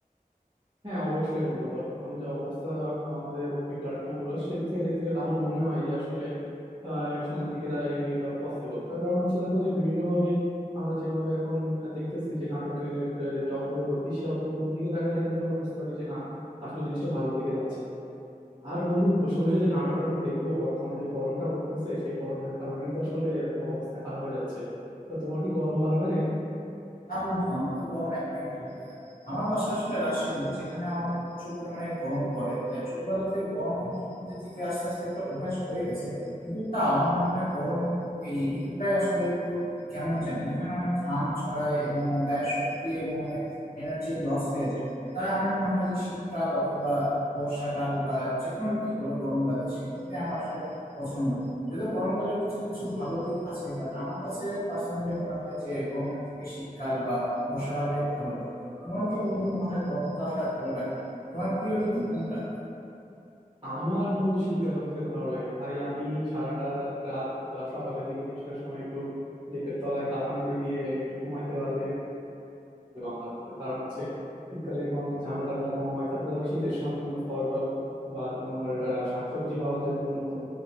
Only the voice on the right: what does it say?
হ্যাঁ অবশ্যই বন্ধু বর্তমানে যে অবস্থা আহ, আমাদের ওটিটি প্ল্যাটফর্ম গুলো সেদিক থেকে দেখতে গেলে আমার মনে হয় যে আসলে আহ, সামনের দিকে তা এগিয়ে যাওয়া পসিবল তার কারণ হচ্ছে দেখো যে বিভিন্নভাবে আমরা যেভাবে এখন আহ, দেখতেছি যে নাটকের আহ, যে অগ্রগতি সে অগ্রগতির দিকে তাকালে কিন্তু আমরা বুঝতে পারি যে না আসলে জিনিসটা ভালোর দিকে যাচ্ছে আর বন্ধু বসে বসে যে নাটক টাটক দেখবো বর্তমানে যে গরমটা পড়তেছে সেই গরমের কারণেই তো আসলে অবস্থা খারাপ হয়ে যাচ্ছে তো তোমার কি গরম ভালো লাগে
আমার বন্ধু শীতকাল সব থেকে ভালো লাগে ভাই আমি সারাটা রাত বা সকালের দিকে কিছুটা সময় একটু লেপের তলায় কাঁথা মুড়ি দিয়ে একটু ঘুমাইতে পারলে আমার কারণ হচ্ছে শীতকালে এখন অনেক ঝামেলা টামেলা কম হয় তারপরে ধরো শীতের সময় বিভিন্ন ফল টল বা তোমার আহ শাকসবজি পাওয়া যায় নতুন নতুন